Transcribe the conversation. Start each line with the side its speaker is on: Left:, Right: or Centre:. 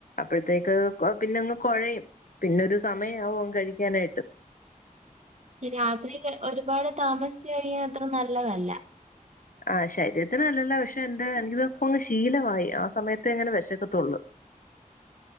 Left: അപ്പോഴത്തേക്ക് പിന്നെയങ്ങ് കൊഴയും പിന്നെ ഒരു സമയം ആവും കഴിക്കാനായിട്ട്
Right: രാത്രി ഒരുപാട് താമസിച്ചുകഴിഞ്ഞാ അത്ര നല്ലതല്ല
Left: ആ ശരീരത്തിന് നല്ലതല്ല പക്ഷെ എന്താ എനിക്കിതപ്പോ അങ്ങ് ശീലമായി ആ സമയത്ത് അങ്ങനെ വെശക്കത്തൊള്ളു